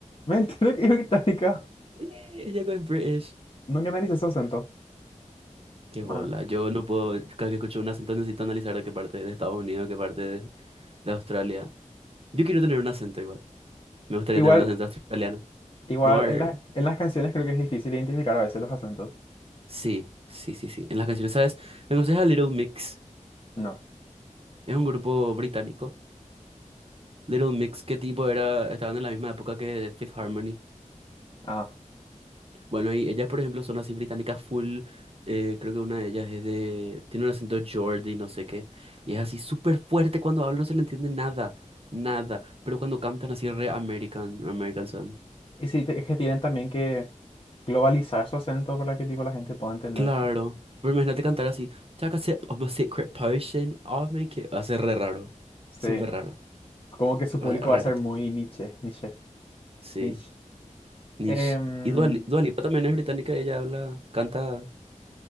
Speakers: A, on the left; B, on the right.
A: Me entero que es británica.
B: Sí, Ella es British.
A: Nunca analicé su acento.
B: Qué
A: Bueno.
B: bola. Yo no puedo. Cada que escucho un acento necesito analizar de qué parte de Estados Unidos, qué parte es de Australia. Yo quiero tener un acento igual. Me gustaría
A: Igual
B: tener un acento australiano.
A: Igual
B: No. er,
A: en las, en las canciones creo que es difícil identificar a veces los acentos.
B: Sí, sí, sí, sí. En las canciones, ¿sabes? Me aconseja Little Mix.
A: No.
B: Es un grupo británico Little Mix, ¿qué tipo era? Estaban en la misma época que Fifth Harmony.
A: Ah.
B: Bueno, y ellas, por ejemplo, son así británicas full. eh, creo que una de ellas es de. Tiene un acento Geordie, no sé qué. Y es así súper fuerte cuando habla, no se le entiende nada. Nada. Pero cuando cantan así re American, American son.
A: Y sí, te- es que tienen también que globalizar su acento para que tipo la gente pueda entender.
B: Claro. Pero imagínate cantar así. Take a sip of my secret potion, I'll make it. Hace re raro.
A: Sí.
B: Súper raro.
A: Como que su
B: ra-
A: público
B: Rarito.
A: va a ser muy niche, niche,
B: Sí.
A: niche.
B: Niche.
A: Em,
B: Y Dua, Li- Dua Lipa también es británica, ella habla, canta.